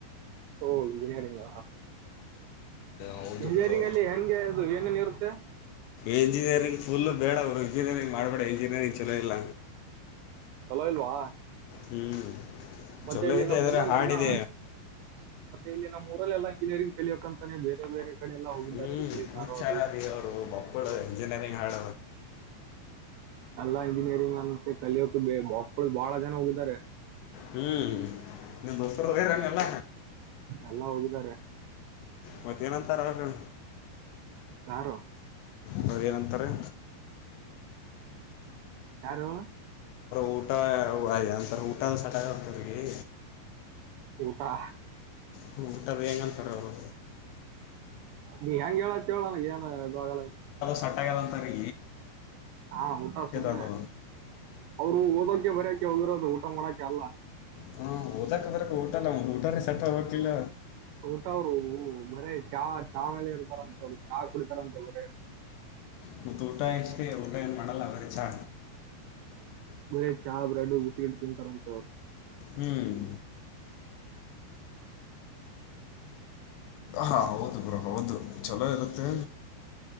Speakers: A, on the right; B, on the left.
A: ಓ ಇಂಜಿನಿಯರಿಂಗ್
B: ಹೌದು
A: ಇಂಜಿನಿಯರಿಂಗ್
B: ಬ್ರೋ
A: ಅಲ್ಲಿ ಹೆಂಗೆ ಅದು ಏನೇನು ಇರುತ್ತೆ
B: ಇಂಜಿನಿಯರಿಂಗ್ ಫುಲ್ಲು ಬೇಡ ಅವರು ಇಂಜಿನಿಯರಿಂಗ್ ಮಾಡಬೇಡ ಇಂಜಿನಿಯರಿಂಗ್ ಚೆನ್ನೋ ಇಲ್ಲ
A: ಚಲೋ ಇಲ್ವಾ
B: ಹ್ಮ್
A: ಮತ್ತೆ
B: ಚೊಲೋ
A: ಇಲ್ಲಿ
B: ಇದೆ
A: ನಮ್
B: ಆದ್ರೆ
A: ಊರಲ್ಲಿ
B: ಹಾಡಿದ
A: ಎಲ್ಲಾ ಇಲ್ಲಿ ನಮ್ಮ ಊರಲ್ಲ ಇಂಜಿನಿಯರಿಂಗ್ ಕಲಿಯಕಂತಾನೇ ಬೇರೆ ಬೇರೆ ಕಡೆ ಎಲ್ಲ ಹೋಗಿದ್ದಾರೆ
B: ಹ್ಮ್
A: ಹುಬ್ಳಿ ಧಾರವಾಡ
B: ಹ ಚಾರ ರೀ ಅವರು ಮಕ್ಕಳು ಇಂಜಿನಿಯರಿಂಗ್ ಹಾಡ
A: ಎಲ್ಲಾ ಇಂಜಿನಿಯರಿಂಗ್ ಅಂತ ಕಲಿಯೋಕ ಬ ಮಕ್ಳ ಬಾಳ ಜನ ಹೋಗಿದ್ದಾರೆ
B: ಹ್ಮ್ ನಿಮ್ ದಸರ ಹದೇರಾನ ಎಲ್ಲ
A: ಎಲ್ಲ ಹೋಗಿದ್ದಾರೆ
B: ಮತ್ತ ಏನಂತಾರ ಅವರು
A: ಕಾರಾರ
B: ಹಾಗದೇನಂತಾರೆ
A: ಯಾರು
B: ಊಟ ಅಂತ ಊಟ ಸಟಂತ್ರರಿಗೆ
A: ಊಟಾ
B: ಹಊಟ ಬಗೆಂತಾರ ಅವರು
A: ನೀ ಹೆಂಗ ಹೇಳತ್ತ ಹೇಳನ ಏನ್ಗಲ್ಲ
B: ಸೆಟ್ ಆಗಲ್ಲ ಅಂತಾರೆ
A: ಹಾ ಊಟಾ ಸುನೆ
B: ಅದು
A: ಅವರು ಹಕಕ್ಕೆ ಬರಯಕೆ ಹೋಗದಿರೋದು ಊಟ ಮಾಡೋಕೆಲ್ಲ
B: ಹಾ ಓದಕ್ ದಕ ಊಟಲ್ಲ ಒಂದ ಊಟ ಸಟ್ಟ ಹೋಗ್ಲಿಲ್ಲ
A: ಊಟ ಅವ್ರು ಬರೇ ಚಾ ಚಾ ಮೇಲೆ ಇರುತಾರ ಅಂತೆ ಅವರು ಚಾ ಕುಡಿತಾರ ಅಂತೆ ಬರೇ
B: ಮತ್ತ ಊಟ ಇಷ್ಟೇ ಊಟ ಏನ್ ಮಾಡಲ್ಲ ಬರಿ ಚಛಾ
A: ಮರ ಚಹಾ ಬ್ರೆಡ್ ಬಿಸಿಟ್ಟು ತಿಂತಾರಂತೆವ್ರು
B: ಹ್ಮ್ ಹಾ ಹೌದು ಬ್ರಾ ಹೌದು ಚಲೋ ಇರುತ್ತೆ